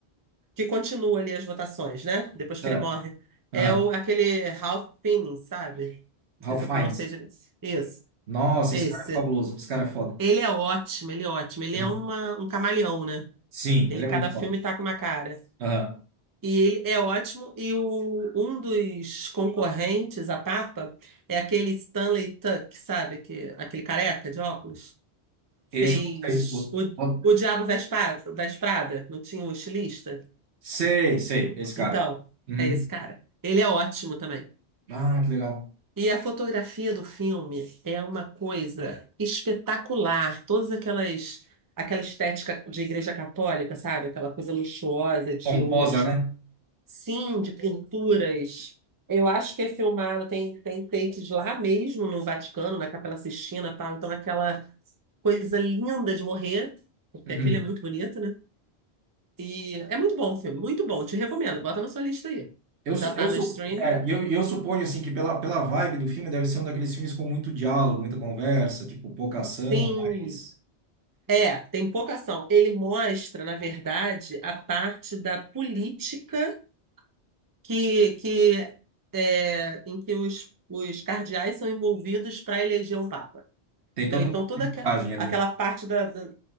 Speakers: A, on the right; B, on the right.
A: que continua ali as votações, né? Depois
B: será?
A: que ele morre. É
B: Aham.
A: o, aquele Ralph Fiennes, sabe? Não
B: Ralph
A: sei se eu
B: Fiennes.
A: pronunciei direito. Isso,
B: Nossa,
A: esse.
B: esse cara é fabuloso. Esse cara é foda.
A: Ele é ótimo, ele é ótimo. Ele
B: É
A: é
B: muito
A: uma,
B: bom.
A: um camaleão, né?
B: Sim,
A: Ele,
B: ele é
A: cada
B: muito foda.
A: filme tá com uma cara.
B: Aham.
A: E ele é ótimo. E o, um dos concorrentes a Papa é aquele Stanley Tuck, sabe? Que, aquele careca de óculos. Fez
B: Esse eu gostei. Bo-
A: o,
B: bo-
A: o Diabo Veste Pa- Veste Prada, não tinha um estilista?
B: Sei, sei, esse cara.
A: Então,
B: Uhum.
A: é esse cara. Ele é ótimo também.
B: Ah, que legal.
A: E a fotografia do filme é uma coisa espetacular. Todas aquelas, aquela estética de igreja católica, sabe? Aquela coisa luxuosa de
B: Pomposa,
A: ouros,
B: né?
A: sim, de pinturas. Eu acho que é filmado, tem, tem takes lá mesmo no Vaticano, na Capela Sistina, tá? Então aquela coisa linda de morrer, porque
B: Uhum.
A: aquele é muito bonito, né? E é muito bom o filme, muito bom. Te recomendo, bota na sua lista aí.
B: Eu,
A: Já
B: su-
A: tá
B: eu,
A: no
B: su-
A: streaming?
B: é, e eu, e eu suponho assim que pela, pela vibe do filme deve ser um daqueles filmes com muito diálogo, muita conversa, tipo pouca ação,
A: Sim.
B: mas
A: É, tem pouca ação. Ele mostra, na verdade, a parte da política que, que é, em que os, os cardeais são envolvidos para eleger o Papa.
B: tem
A: Entendeu?
B: toda
A: Então,
B: uma
A: toda
B: mensagem
A: aqua-
B: ali.
A: aquela parte da, da-